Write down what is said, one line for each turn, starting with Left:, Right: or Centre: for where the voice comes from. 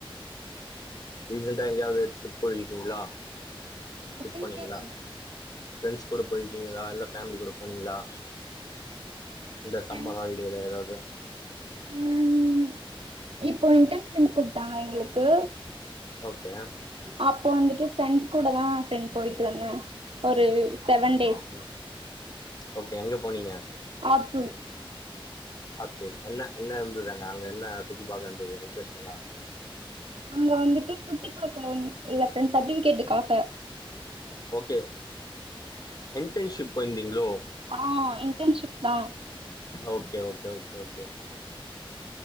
Left: ரீசன்டா எங்கேயாவது ரிப் போயிருக்கீங்களா டரிப்
Right: அதுக்குன்
Left: போனீங்களா
Right: கேக்கல
Left: ஃப்ரண்ட்ஸ் கூட போயிருக்கீங்களா இல்ல ஃபேமிலி கூட போனீங்களா இந்த
Right: ஃப்ரெண்ட்
Left: சம்ம ஹாலிடே எதாவ்தா
Right: ம் இப்போ இன்டன்ஷிப் குட்த்தாங்க எங்களுக்கு
Left: ஓகே
Right: அப்போ வந்துட்டு ஃபிரெண்ஸ் கூட தா ஃபிரெண் போய்ட்டுவாங்க ஒரு செவன் டேஸ்
Left: ம் ஓகே எங்க போனீங்க
Right: ஆத்தூரு
Left: ஆத்தூர் என்ன என்ன இருந்தது அங்க அங்க என்ன சுத்தி பாக்க இருந்தது இன்ட்ரஸ்டிங்கா
Right: அங்க வந்துட்டு சுத்தி பாக்கணுன் இல்ல ஃபிரெண் சர்டிஃபிகேட்டுக்காக
Left: ஓகே இன்டன்ஷிப் போயிர்ந்தீங்ளோ
Right: ஆ இன்டன்ஷிப்தா
Left: ஓகே ஓகே ஓகே ஓகே